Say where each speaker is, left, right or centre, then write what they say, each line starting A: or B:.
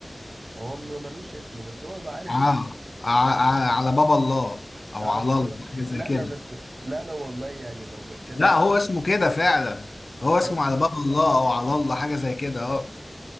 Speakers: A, on the right; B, on the left.
A: هو ما- ملوش اسم بس هو بقى عارف
B: آه.
A: انت
B: ع- ع- على باب الله او
A: اعرف
B: على الله
A: <laughs>
B: حاجه زي
A: لا
B: كده
A: لا بس لا لا والله يعني لو بتكلم
B: لا هو اسمه كده فعلا هو
A: بجد
B: اسمه على باب الله او على الله حاجه زي كده اه